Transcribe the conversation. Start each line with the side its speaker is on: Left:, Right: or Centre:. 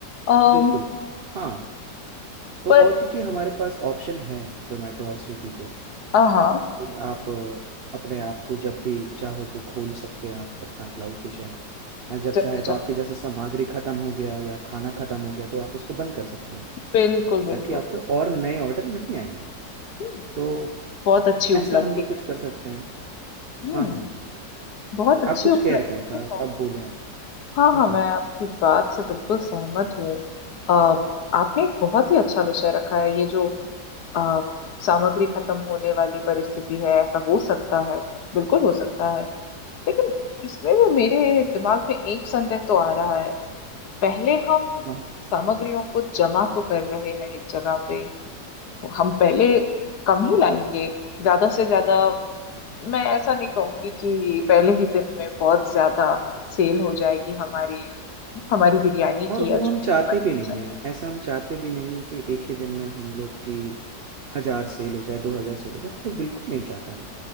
Left: अम
Right: बिल्कुल हाँ तो
Left: पर
Right: और क्योंकि हमारे पास ऑप्शन है जोमेटो और स्विगी पे,
Left: हाँ हाँ,
Right: कि आप अ, अपने आप को जब भी चाहो तो खोल सकते हैं आप अपना क्लाउड किचन या जब
Left: जब
Right: चाहे
Left: भी
Right: तो
Left: जाओ
Right: आपके जैसे सामग्री खत्म हो गया या खाना खत्म हो गया तो आप उसको बंद कर सकते हैं
Left: बिल्कुल बिल्कुल
Right: ताकि आपके और नए ऑर्डर नहीं आएंगे
Left: हम्म,
Right: तो
Left: बहुत अच्छी उपलब्धि
Right: ऐसा हम लोग कुछ
Left: है
Right: कर सकते हैं
Left: हम्म
Right: हाँ हाँ
Left: बहुत अच्छी
Right: आप कुछ
Left: उपलब्धि
Right: कह रहे थे इनका आप
Left: है
Right: अब बोले आप
Left: हाँ हाँ
Right: हम्म
Left: मैं
Right: हम्म
Left: आपकी बात से बिल्कुल सहमत हूँ अ, आपने एक बहुत ही अच्छा विषय रखा है ये जो अ, सामग्री खत्म होने वाली परिस्थिति है ऐसा हो सकता है बिल्कुल हो सकता है लेकिन इसमें भी मेरे दिमाग में एक संदेह तो आ रहा है पहले हम
Right: हाँ,
Left: सामग्रियों को जमा तो कर रहे हैं एक जगह पे हम पहले कम ही लाएंगे ज्यादा से ज्यादा मैं ऐसा नहीं कहूंगी कि पहले ही दिन में बहुत ज्यादा सेल हो जाएगी हमारी हमारी बिरयानी
Right: और
Left: की
Right: वो
Left: या जो
Right: हम
Left: भी
Right: चाहते
Left: बनना
Right: भी नहीं
Left: चाहिए
Right: है ऐसा हम चाहते भी नहीं है कि एक ही दिन में हम लोग की हजार सेल हो जाए दो हजार सेल हो जाए हम लोग बिल्कुल नहीं चाहते हैं